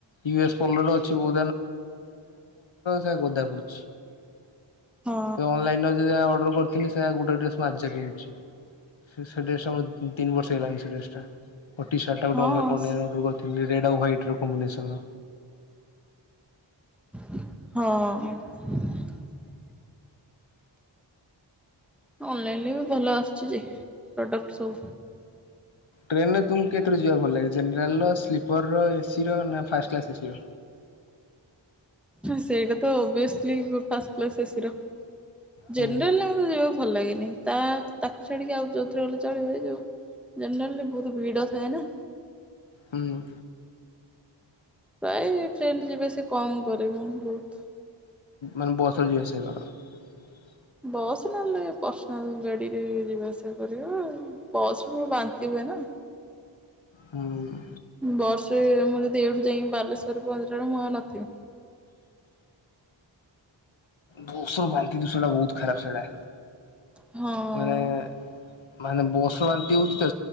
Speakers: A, on the left; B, in the centre.
A: ୟୁ ଏସ୍ ପଢଲରେ ଅଛି। ବ ସେଦ ପୁଛି।
B: ହଁ
A: ଅନଲାଇନ ଯ ଅର୍ଡର। କରିଥିଲି ସେଇା ଗୋଟେ ଡ୍ରେସ୍ ମୁଁ ଆଜି ପିନ୍ଧଛି ସେ ଡ୍ରେସ୍ଟା ମୁଁ ତିନ ବର୍ଷ ହେଇଲାଣି ସେ େସ ଟା। ଟି ସାର୍ଟା
B: ହଁ।
A: ଗେ ଅନ ଅର୍ର କରିଥିଲ ରେ ଆ ହ୍ୱାଇଟ। କମ୍ବିନେସନ୍।
B: ହଁ। ଅନଲାଇନରେ ବି ଭଲ ଆସୁଛି ଯେ ଟୋଟା ଆଠ ସୁ
A: ଟ୍ରେନ ରେ ତୁମକୁ କେତେଥଳେ ଯିବା ଭଲ ଲାଗେ ଜେନେରାଲ ର ସ୍ପର ର ସିରୋ ନା ଫାଷ୍ଟ୍ କ୍ଲାସରେ ଶିରୋ
B: ସେଇଟା ଓଵିୟଶଲି ଫାସ୍ କ୍କିସ ଏହି ର ଜନରଲ
A: ହୁଁ
B: କମ୍ ଯ ଭଲ ଲାଗନି ତା ତାକୁ ଛାଡ଼ିକି ଆଉ ଯେଉଁଥିରେ ଗଲେ ଚଳିବ ଯେଉଁ ଜେନେରାଲି ବହୁତ ଭିଡ଼ ଥାଏ ନା।
A: ହୁଁ।
B: ପ୍ରାୟ ଟ୍ରେନ ଯିବେ ସେ କମ କରରେବୁ ବହୁତ
A: ମାନେ ବସ ରେ ଯିଵା ଆସିବା କର।
B: ବସ୍ ନହେଲେ ପର୍ସନାଲ ଗାଡିରେ ଯିବା ଆସିବା କରିବା ବସରେ ମୋର ବାନ୍ତି ହୁଏ ନା।
A: ହୁଁ।
B: ବର୍ଷେ ମୁଁ ଏଇଠୁ ଯାଇକି ବାଲେଶ୍ବରରେ ପହଞ୍ଚିଲାଵେଳୁ ମୁଁ ନଥିଵି।
A: ଦୋଷର ବାନ୍ତି ଦୁ ସେଇଟା ବହୁତ ଖରାପ ସେଇଟା
B: ହଁ।
A: ମାନେ ମାନେ ବସ ବାନ୍ତି ହଉଚଛି ତ